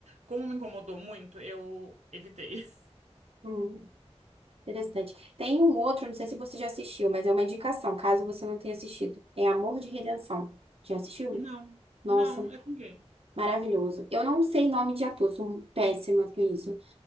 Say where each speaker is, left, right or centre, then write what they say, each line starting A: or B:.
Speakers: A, on the right (about 85°); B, on the right (about 60°).
A: como me incomodou muito, eu evitei. <laughs>
B: Hum, interessante. Tem um outro, não sei se você já assistiu, mas é uma indicação, caso você não tenha assistido. É Amor de Redenção. Já assistiu?
A: Não,
B: Nossa,
A: não, é com quem?
B: maravilhoso. Eu não sei nome de ator, sou péssima com isso.